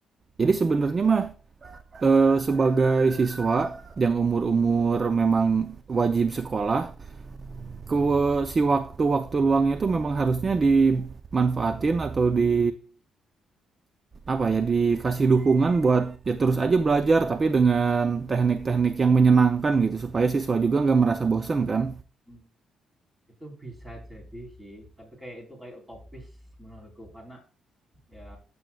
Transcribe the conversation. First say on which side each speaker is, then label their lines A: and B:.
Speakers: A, on the right; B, on the right.
A: jadi sebenarnya mah eh, sebagai siswa yang umur-umur memang wajib sekolah ke si waktu-waktu luangnya itu memang harusnya dimanfaatin atau di apa ya dikasih dukungan buat ya terus aja belajar tapi dengan teknik-teknik yang menyenangkan gitu supaya siswa juga nggak merasa bosen kan
B: Hmm. itu bisa jadi sih tapi kayak itu kayak utopis menurutku karena ya